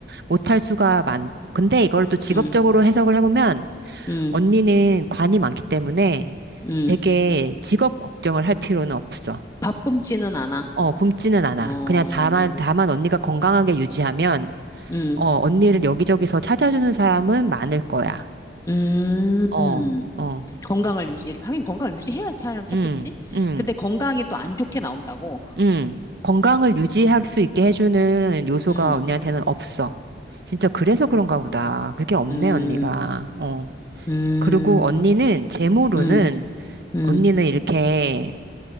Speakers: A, on the right; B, on the left.
A: 못할 수가 많, 근데 이걸 또 직업적으로
B: 응,
A: 해석을 해보면
B: 응,
A: 언니는 관이 많기 때문에
B: 응.
A: 되게 직업 걱정을 할 필요는 없어.
B: 밥 굶지는 않아.
A: 어, 굶지는 않아.
B: 어,
A: 그냥 다만, 다만 언니가 건강하게 유지하면,
B: 응,
A: 어, 언니를 여기저기서 찾아주는 사람은 많을 거야.
B: 음.
A: 어, 어,
B: 건강을 유지, 하긴 건강을 유지해야 사람 찾겠지?
A: 음, 음.
B: 근데 건강이 또 안 좋게 나온다고.
A: 음, 건강을 유지할 수 있게 해주는 요소가
B: 음,
A: 언니한테는 없어. 진짜 그래서 그런가 보다. 그게 없네,
B: 음,
A: 언니가. 어.
B: 음,
A: 그리고 언니는, 제 모로는,
B: 음, 음,
A: 언니는 이렇게,